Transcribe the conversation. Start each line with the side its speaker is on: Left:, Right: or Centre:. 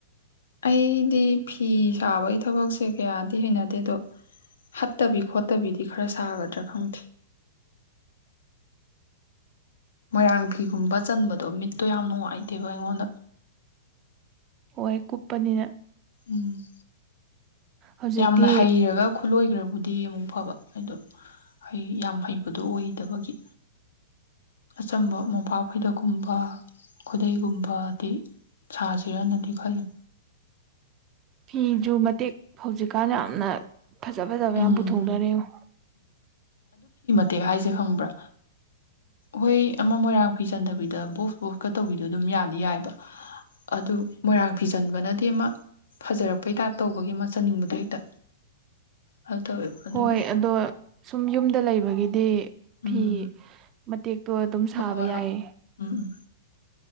Left: ꯑꯩꯗꯤ ꯐꯤ ꯁꯥꯕꯒꯤ ꯊꯕꯛꯁꯦ ꯀꯌꯥꯗꯤ ꯍꯩꯅꯗꯦ ꯑꯗꯣ ꯍꯠꯇꯕꯤ ꯈꯣꯠꯇꯕꯤꯗꯤ ꯈꯔ ꯁꯥꯒꯗ꯭ꯔꯥ ꯈꯪꯗꯦ ꯃꯣꯏꯔꯥꯡ ꯐꯤꯒꯨꯝꯕ ꯆꯟꯕꯗꯣ ꯃꯤꯠꯇꯣ ꯌꯥꯝ ꯅꯨꯡꯉꯥꯏꯇꯦꯕ ꯑꯩꯉꯣꯟꯗ
Right: ꯑꯣꯏ ꯀꯨꯞꯄꯅꯤꯅ
Left: ꯎꯝ
Right: ꯍꯧꯖꯤꯛꯇꯤ
Left: ꯌꯥꯝꯅ ꯍꯩꯔꯒ ꯈꯨꯠꯂꯣꯏꯈ꯭ꯔꯕꯨꯗꯤ ꯑꯃꯨꯛ ꯐꯕ ꯑꯗꯣ ꯍꯩ ꯌꯥꯝ ꯍꯩꯕꯗꯣ ꯑꯣꯏꯗꯕꯒꯤ ꯑꯆꯝꯕ ꯃꯣꯄꯥꯛ ꯈꯣꯏꯗꯛꯀꯨꯝꯕ ꯈꯨꯗꯩꯒꯨꯝꯕꯗꯤ ꯁꯥꯁꯤꯔꯅꯗꯤ ꯈꯜꯂꯤ
Right: ꯐꯤꯁꯨ ꯃꯇꯦꯛ ꯍꯧꯖꯤꯛꯀꯥꯟ ꯌꯥꯝꯅ ꯐꯖ ꯐꯖꯕ
Left: ꯎꯝ
Right: ꯌꯥꯝ ꯄꯨꯊꯣꯛꯅꯔꯦ ꯉꯣ
Left: ꯇꯦꯛ ꯍꯥꯏꯁꯦ ꯈꯪꯕ꯭ꯔ ꯍꯣꯏ ꯃꯣꯏ ꯑꯃ ꯃꯣꯏꯔꯥꯡ ꯐꯤꯖꯟꯗꯕꯤꯗ ꯕꯣꯛꯁ ꯕꯣꯛꯁꯀ ꯇꯧꯕꯤꯗꯣ ꯑꯗꯨꯝ ꯌꯥꯗꯤ ꯌꯥꯏꯕ ꯑꯗꯨ ꯃꯣꯏꯔꯥꯡ ꯐꯤꯖꯟꯕꯅꯗꯤ ꯑꯃ ꯐꯖꯔꯛꯄꯩ ꯇꯥꯏꯞ ꯇꯧꯕꯒꯤ ꯑꯃ ꯆꯟꯅꯤꯡꯕꯗꯣ ꯍꯦꯛꯇ ꯑꯗꯨ ꯇꯧꯋꯦꯕ ꯑꯗꯨꯒꯤ
Right: ꯍꯣꯏ ꯑꯗꯣ ꯁꯨꯝ ꯌꯨꯝꯗ ꯂꯩꯕꯒꯤꯗꯤ ꯗꯤ
Left: ꯎꯝ
Right: ꯐꯤ ꯃꯇꯦꯛ ꯇꯣ ꯑꯗꯨꯝ
Left: ꯍꯣꯏ
Right: ꯁꯥꯕ
Left: ꯍꯣꯏ
Right: ꯌꯥꯏꯌꯦ
Left: ꯍꯣꯏ ꯎꯝ ꯎꯝ